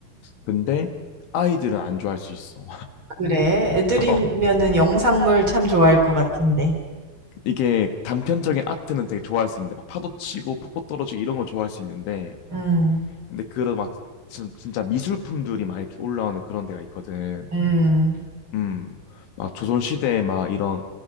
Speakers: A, on the left; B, on the right.
A: 근데 아이들은 안 좋아할 수 있어.
B: 그래. 애들이면은
A: <laughs> 어,
B: 영상물 참 좋아할 것 같은데.
A: 이게 단편적인 아트는 되게 좋아할 수 있는데 막 파도 치고 폭포 떨어지고 이런 걸 좋아할 수 있는데
B: 음.
A: 근데 그런 막 진- 진짜 미술품들이 막 이렇게 올라오는 그런 데가 있거든.
B: 음.
A: 음. 막 조선 시대에 막 이런